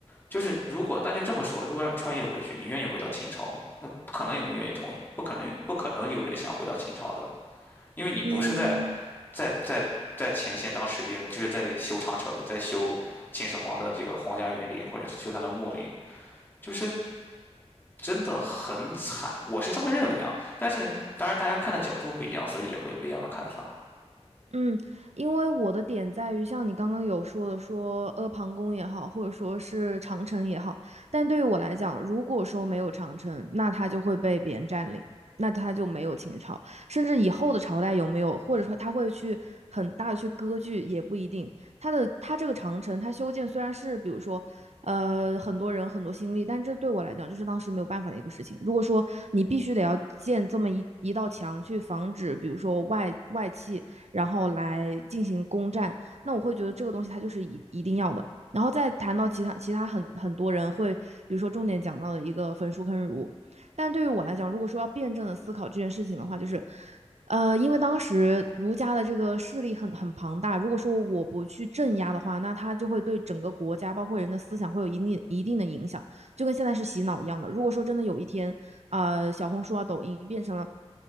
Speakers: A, on the left; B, on the right.
A: 就是如果那就这么说，如果让你穿越回去，你愿意回到秦朝吗？那不可能有人愿意同意，不可能，不可能有人想回到秦朝的，因为你不是在
B: 嗯
A: 在在在前线当士兵，你就是在修长城，在修秦始皇的这个皇家园林或者修他的墓陵，就是真的很惨，我是这么认为啊。但是当然大家看的角度不一样，所以也会有不一样的看法。
B: 嗯，因为我的点在于，像你刚刚有说的说，阿房宫也好，或者说是长城也好，但对于我来讲，如果说没有长城，那它就会被别人占领，那它就没有秦朝，甚至以后的朝代有没有，或者说它会去很大的去割据也不一定。它的它这个长城，它修建虽然是比如说，呃，很多人很多心力，但这对我来讲，这是当时没有办法的一个事情。如果说你必须得要建这么一一道墙去防止，比如说外外戚。然后来进行攻占。那我会觉得这个东西它就是一一定要的。然后再谈到其他其他很很多人会，比如说重点讲到的一个焚书坑儒，但对于我来讲，如果说要辩证的思考这件事情的话，就是，呃，因为当时儒家的这个势力很很庞大，如果说我不去镇压的话，那它就会对整个国家包括人的思想会有一定一定的影响。就跟现在是洗脑一样的。如果说真的有一天，呃，小红书啊、抖音变成了